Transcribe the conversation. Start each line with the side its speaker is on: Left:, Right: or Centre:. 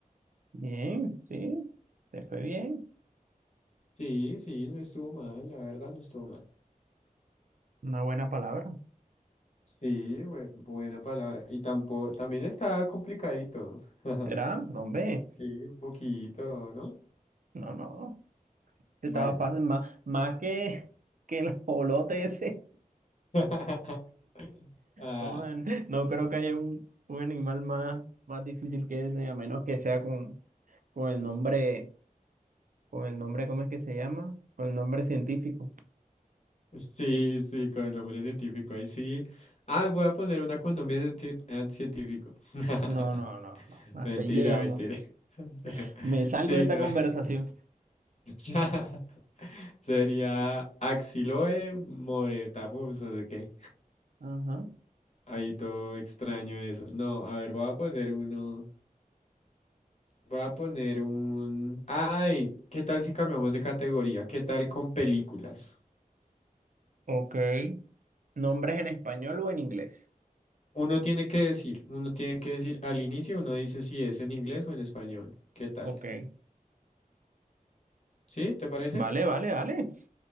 Right: Bien, sí. Te fue bien.
Left: Sí, sí, no estuvo mal, la verdad no estuvo mal.
Right: Una buena palabra.
Left: Sí, bue- buena palabra. Y tampoco, también está complicadito. <laughs>
Right: ¿Será? No, hombre.
Left: Sí, un poquito, ¿no?
Right: No, no. Estaba
Left: Bueno,
Right: fácil.
Left: está.
Right: Más, más que, que el jolote ese.
Left: <laughs> Ah,
Right: No, man, no creo que haya un, un animal más, más difícil que ese, a menos que sea con, con el nombre, con el nombre, ¿cómo es que se llama? Con el nombre científico.
Left: Sí, sí, con el nombre científico, ahí sí. Ah, voy a poner una con nombre cienti- eh, científico. <laughs>
Right: No, no, no, no. Hasta
Left: Mentira,
Right: ahí llegamos.
Left: mentira. <laughs>
Right: Me salgo
Left: Sí,
Right: de esta
Left: no.
Right: conversación.
Left: <laughs> Sería Axiloe moretapus, o de qué.
Right: Ajá.
Left: Ahí todo extraño eso. No, a ver, voy a poner uno. Voy a poner un. Ay, ¿qué tal si cambiamos de categoría? ¿Qué tal con películas?
Right: Ok. ¿Nombres en español o en inglés?
Left: Uno tiene que decir, uno tiene que decir al inicio, uno dice si es en inglés o en español. ¿Qué tal?
Right: Ok.
Left: ¿Sí? ¿Te parece?
Right: Vale, vale, vale.